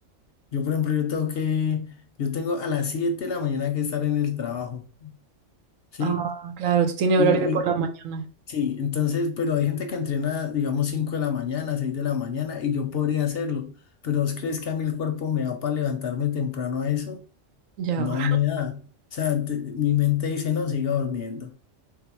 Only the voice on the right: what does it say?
Ah, claro, tú tienes
horario de por
la mañana.
Ya.